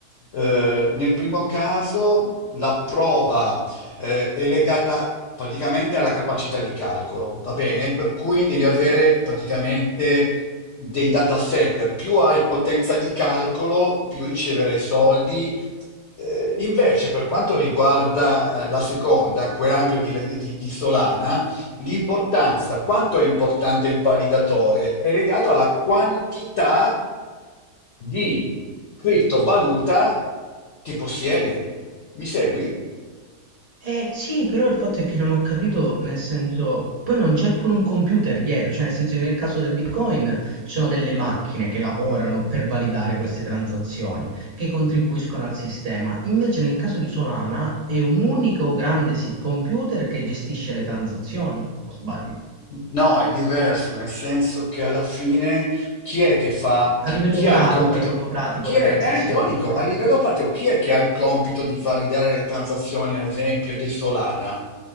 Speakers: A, on the left; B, on the right.
A: eh, nel primo caso la prova eh, è legata praticamente alla capacità di calcolo, va bene? Per cui devi avere praticamente dei data center, più hai potenza di calcolo, più riceverai soldi. Eh, invece, per quanto riguarda eh, la seconda, quell'ampio di, di di Solana, l'importanza, quanto è importante il validatore, è legato alla quantità di criptovaluta che possiede. Mi segui?
B: Eh sì, però il fatto è che non ho capito, nel senso, poi non c'è pure un computer dietro, cioè nel senso che nel caso del Bitcoin ci sono delle macchine che lavorano per validare queste transazioni, che contribuiscono al sistema. Invece nel caso di Solana è un unico grande si- computer che gestisce le transazioni, o sbaglio?
A: No, è diverso, nel senso che alla fine chi è che fa,
B: A livello
A: chi
B: pratico,
A: ha il compito,
B: a livello pratico
A: chi
B: le
A: è,
B: transazioni,
A: eh, te lo dico,
B: come...
A: a livello pratico, chi è che ha il compito di validare le transazioni, ad esempio, di Solana?